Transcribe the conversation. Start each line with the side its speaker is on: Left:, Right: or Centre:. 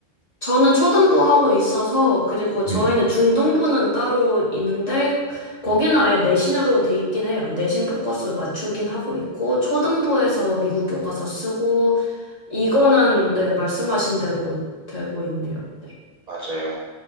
Left: 저는 초등부 하고 있어서, 그리고
Right: 네.
Left: 저희는 중등부는 따로 있는데, 거기는
Right: 네.
Left: 아예 내신으로 돼 있긴 해요. 내신 포커스 맞추긴 하고 있고, 초등부에서 미국 교과서 쓰고, 이거는 네, 말씀하신 대로 되고 있네요. 네.
Right: 맞아요.